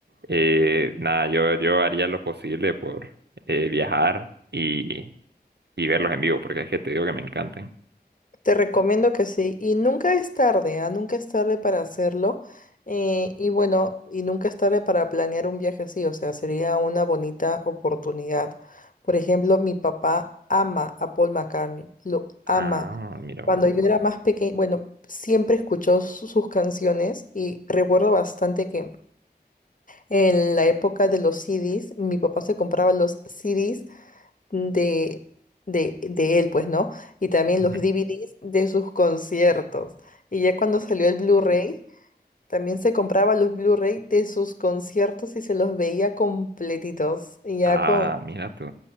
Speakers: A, on the right; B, on the left.
A: eh, nada, yo, yo haría lo posible por eh, viajar y, y verlos en vivo, porque es que te digo que me encantan.
B: Te recomiendo que sí. Y nunca es tarde, ¿ah? Nunca es tarde para hacerlo. Eh, y bueno, y nunca es tarde para planear un viaje así. O sea, sería una bonita oportunidad. Por ejemplo, mi papá ama a Paul McCartney. Lo ama.
A: Ah, mira,
B: Cuando
A: pues.
B: yo era más pequeña, bueno, siempre escuchó su- sus canciones y recuerdo bastante que en la época de los CDs, mi papá se compraba los CDs de, de, de él, pues, ¿no? Y también
A: Ujú.
B: los DVDs de sus conciertos. Y ya cuando salió el Blu-ray, también se compraba los Blu-ray de sus conciertos y se los veía completitos. Y ya
A: Ah,
B: con...
A: mira tú.